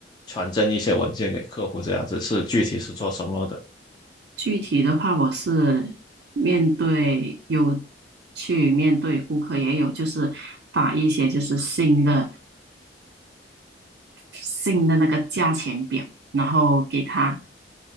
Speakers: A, on the left; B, on the right.
A: 传真一些文件给客户这样子？是具体是做什么的？
B: 具体的话，我是面对有去面对顾客，也有就是把一些就是新的新的那个价钱表，然后给他